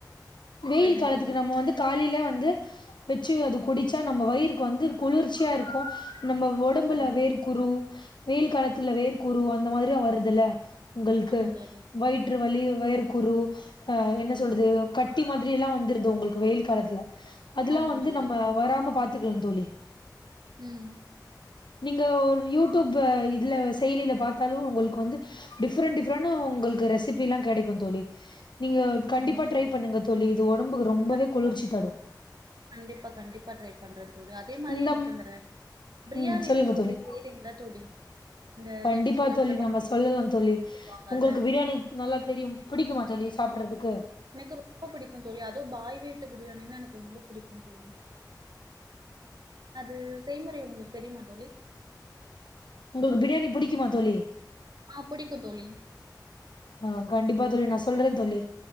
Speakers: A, on the left; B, on the right.
A: வெயில்
B: சரிங்க
A: காலத்துக்கு
B: தோழி
A: நம்ம வந்து காலையில வந்து வந்து பெச்சு அது குடிச்சா நம்ம வயிறுக்கு வந்து குளிர்ச்சியா இருக்கும் நம்ம உடம்புல
B: சரிங்க
A: வேர்க்குரு
B: தோழி
A: வெயில் காலத்துல வேர்குறு அந்த மாரில்லாம் வருதுல்ல உங்களுக்கு
B: ஆமா தோழி
A: வயிற்று வலி வேர்க்குரு என்ன சொல்லுது கட்டி மாதிரிய எல்லாம் வந்துருது உங்களுக்கு வெயில் காலத்துல அதெல்லாம்
B: ஆமா
A: வந்து
B: தோழி
A: நம்ம வராம பாத்து பாத்துக்கலாம் தோழி
B: உம்
A: நீங்க ஒரு யூடியூப் இதுல செயலியில பாத்தாலும் உங்களுக்கு வந்து டிஃப்ரெண்டட் டிஃப்ரெண்ட் உங்களுக்கு ரெசிபி எல்லாம் கிடைக்கும் தோழி நீங்க
B: சரிங்க
A: கண்டிப்பா
B: தோழி
A: ட்ரை பண்ணுங்க தோழி இது ஒடம்புக்கு ரொம்பவே
B: கண்டிப்பா
A: குளிர்ச்சி தரும்
B: கண்டிப்பா கண்டிப்பா ட்ரை பண்றேன் தோழி அதே மாரி
A: இந்த
B: எனக்கு பிரியாணி
A: உம் சொல்லுங்க
B: ரெசிபி
A: தோழி
B: செய்றீங்களா தோழி இந்த
A: கண்டிப்பா
B: எப்டி சொல்றது
A: தோழி
B: இந்த பாய்
A: நம்ம
B: வீடுன்னு
A: சொல்லலாம் தோழி
B: சொல்லுவாங்கல்ல
A: உங்களுக்கு பிரியாணி நல்லா தெரியும் பிடிக்குமா தோழி சாப்பிடுறதுக்கு
B: எனக்கு ரொம்ப புடிக்கும் தோழி அது பாய் வீட்டு பிரியாணின்னு எனக்கு ரொம்ப பிடிக்கும் தோழி அது செய்முறை உங்களுக்கு தெரியுமா தோழி
A: உங்களுக்கு பிரியாணி புடிக்குமா தோழி
B: ஆஹ் புடிக்கும் தோழி
A: ஆஹ் கண்டிப்பா தோழி நான் சொல்றேன் தோழி